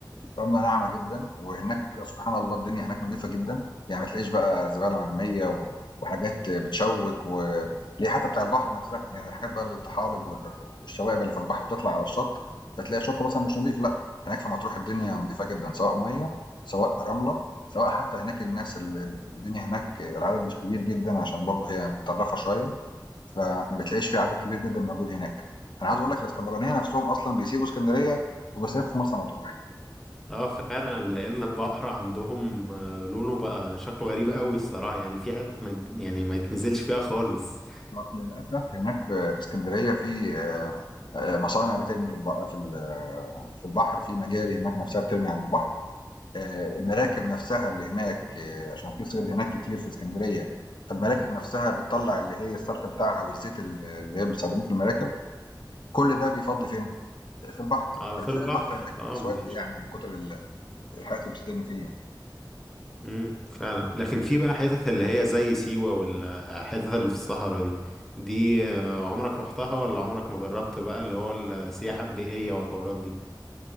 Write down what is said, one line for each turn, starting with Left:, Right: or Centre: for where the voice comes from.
Left: رملة ناعمة جدًا، وهناك سبحان الله الدنيا هناك نضيفة جدًا، يعني ما تلاقيش بقى زبالة مرمية و وحاجات بتشوِّك و اللي هي حتى بتاع البحر نفسها، يعني الحاجات بقى الطحالب وال والشوائب اللي في البحر بتطلع على الشط، فتلاقي الشط مثلًا مش نضيف، لأ، هناك في مطروح الدنيا
Centre: مم.
Left: نضيفة جدًا، سواء مَيّة، سواء رملة، سواء حتى هناك الناس ال الدنيا هناك العدد مش كبير جدًا عشان برضه هي متطرفة شوية، فما بتلاقيش في عدد كبير جدًا موجود هناك. أنا عايز أقول لك الإسكندرانية نفسهم أصلًا بيسيبوا إسكندرية وبيصيفوا في مرسى مطروح.
Centre: اه فعلا لأن البحر عندهم آه، لونه بقى شكله غريب قوي الصراحة يعني في حتت ما يت- يعني ما يتنزلش فيها خالص
Left: ما- للأسف هناك في في اسكندرية في آه، آه، مصانع بترمي في الب- في ال- آه، في البحر في مجاري هناك نفسها بترمي على البحر آه، المراكب نفسها اللي هناك آه، عشان في صيد هناك كتير في اسكندرية فالمراكب نفسها بتطلع اللي هي الصرف بتاعها والزيت اللي اللي هي بيستخدموه في المراكب كل ده بيفضي فين؟ في البحر
Centre: اه
Left: فبتلاقي
Centre: في البحر
Left: البحر هناك
Centre: اه
Left: أسود
Centre: ما فيش
Left: يعني من كتر ال- الحاجات اللي بتترمي فيه يعني.
Centre: امم فعلا لكن في بقى حتت اللي هي زي سيوة والحتت اللي في الصحراء دي دي آه، عمرك رحتها ولا عمرك ما جربت بقى اللي هو السياحة البيئية والحوارات دي